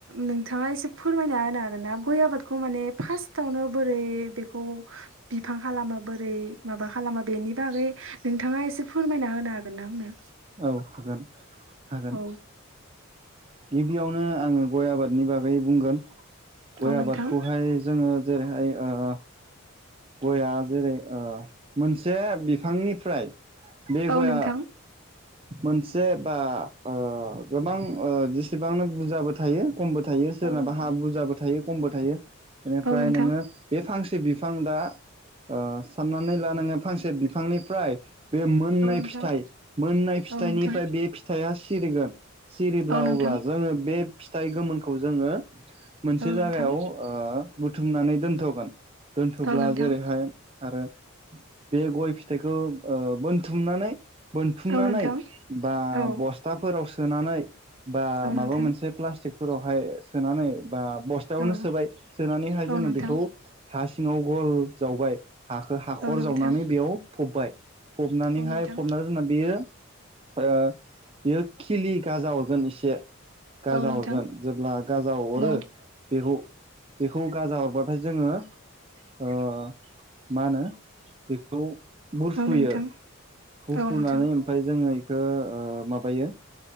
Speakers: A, on the right (about 65°); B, on the right (about 25°).
A: नों थांङा एसे फोरमायना होनो हागोन ना गय आबादखौ माने फार्स्टावनो बोरै बेखौ बिफां खालामो बोरै माबा खालामो बेनि बागै नोंथाङा एसे फोरमायना होनो हागोन ना आंनो
B: औ हागोन हागोन
A: औ
B: गिबियावनो आङो गय आबादनि बागै बुंगोन गय
A: औ नोंथां
B: आबादखौहाय जोङो जेरैहाय ओह गया जेरै ओह मोनसे बिफांनिफ्राय बे
A: औ
B: गया
A: नोंथां
B: मोनसे बा ओह गोबां ओह जेसेबांनो बुरजाबो थायो खमबो थायो सोरनाबा
A: औ नोंथां
B: हा बुरजाबो थायो खमबो थायो बेनिफ्राय
A: औ नोंथां
B: नोङो बे फांसे बिफां दा ओह साननानै ला नोङो फांसे बिफांनिफ्राय बे मोननाय
A: औ नोंथां
B: फिथाइ मोननाय फिथाइनिफ्राय
A: औ नोंथां
B: बे फिथाइया सिरिगोन सिरिब्ला
A: औ नोंथां
B: अब्ला जोङो बे फिथाइ गोमोनखौ जोङो मोनसे
A: औ
B: जायागायाव
A: नोंथां
B: ओह बुथुमनानै दोनथ'गोन ब्ला
A: औ नोंथां
B: जेरैहाय आरो बे गय फिथाइखौ ओह बोनथुमनानै बोनथुमनानै
A: औ नोंथां
B: बा
A: औ
B: बस्थाफोराव सोनानै बा
A: औ नोंथां
B: माबा मोनसे प्लास्टिकफोरावहाय सोनानै बा बस्थायावनो
A: औ
B: सोबाय सोनानैहाय जोङो
A: औ नोंथां
B: बेखौ हा सिङाव गल जावबाय हाखो हाखर
A: औ नोंथां
B: जावनानै बेयाव फबबाय फबनानैहाय
A: औ नोंथां
B: फबना दोननानै बेयो ओ बियो खिलि गाजा हरगोन एसे गाजा
A: औ नोंथां
B: हरगोन जेब्ला गाजा हरो
A: हेलौ
B: बेखौ बेखौ गाजा हरबाथाय जोङो ओ मा होनो बेखौ बुरफुयो
A: औ नोंथां
B: बुरफुनानै
A: औ नोंथां
B: ओमफ्राय जों जोङो बेखौ ओ माबायो